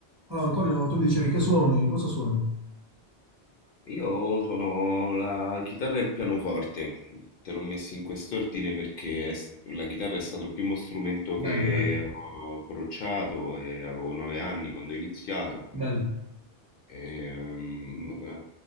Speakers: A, on the right; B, on the left.
A: Allora, Antonio, tu mi dicevi che suoni, cosa suoni?
B: Io suono la chitarra e il pianoforte, te l'ho messi in quest'ordine perché è s- la chitarra è stato il primo strumento
A: Bello,
B: che
A: bello,
B: ho approcciato e avevo nove anni quando ho iniziato
A: bello.
B: Ehm,